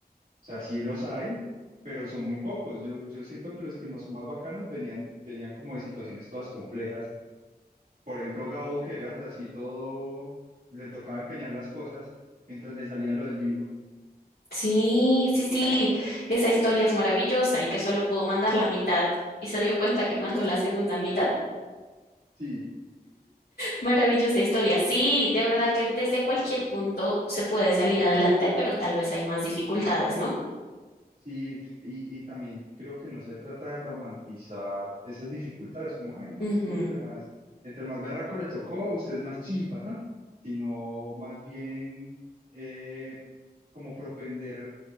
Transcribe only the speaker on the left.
Sí, sí, sí, esa historia es maravillosa y que solo pudo mandar la mitad y se dio cuenta que mandó la segunda mitad
Maravillosa historia. Sí, de verdad que desde cualquier punto se puede salir adelante, pero tal vez hay más dificultades, ¿no?
Ujú,